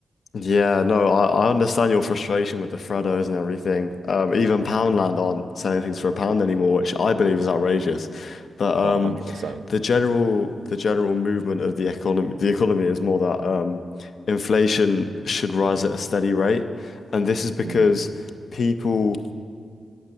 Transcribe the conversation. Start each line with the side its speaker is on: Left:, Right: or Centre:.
Left: Yeah, no, I, I understand your frustration with the Freddos and everything. Um, even Poundland aren't selling things for a pound anymore, which I believe is outrageous. But um,
Right: Oh, 100%.
Left: the general the general movement of the economy the economy is more that um, inflation should rise at a steady rate, and this is because
Right: Mm,
Left: people